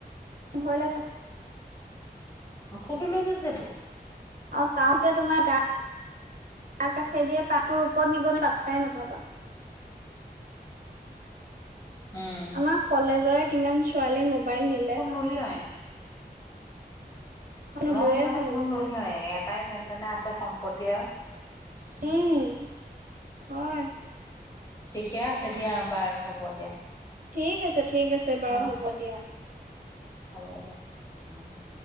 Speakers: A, on the right; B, on the left.
A: ভয় লাগে।
B: অ', ফোনটো লৈ গুচি যাব।
A: আৰু সাওতে তোমাৰ গা, গা কাষেদিয়ে পাৰ টোৰ <inaudible> ওপৰত নিব, তুমি পাত্তাই নাপাবা।
B: উম।
A: আমাৰ কলেজৰে কিমান ছোৱালী মোবাইল নিলে।
B: নুলিয়াই।
A: এখন উলিওৱাই
B: মই সেইটো কাৰণে
A: ভাল
B: ফোন
A: আজিকালি
B: নুলিয়াৱে, এটাই যেনে তেনে আছে সম্পত্তি আৰু।
A: উম, হয়।
B: ঠিকে আছে দিয়া বাৰু, হ'ব দিয়া।
A: ঠিক আছে, ঠিক আছে বাৰু
B: ন
A: হ'ব দিয়া।
B: হ'ব দিয়া, উম, উম, উম।